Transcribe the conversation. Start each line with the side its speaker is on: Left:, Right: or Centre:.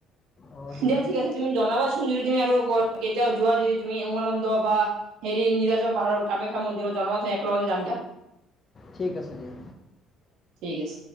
Left: অহ, সেই
Right: দিয়া ঠিক আছে তুমি জনাবাচোন যদি তুমি আৰু কেতিয়াওঁ যোৱা যদি তুমি উমানন্দ বা হেৰি নীলাচল পাহাৰৰ কামাখ্যা মন্দিৰত জনাবাচোন একেলগতে যাম দিয়া।
Left: ঠিক আছে দিয়া।
Right: ইয়েছ